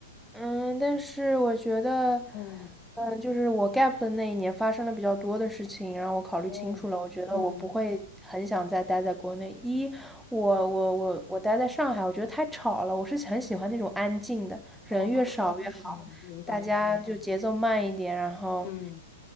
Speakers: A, in the centre; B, on the left.
A: 嗯，但是我觉得，
B: 嗯。
A: 嗯，就是我 gap 的那一年发生了比较多的事情，然后我考虑清楚了，
B: 哦，
A: 我觉得我不会很想再待在国内。
B: 嗯，
A: 一，我我我我待在上海，我觉得太吵了，我是很喜欢那种安静的，人越少越好，
B: 哦，哦，哦明白，
A: 大家就节奏慢一点，然后，
B: 嗯，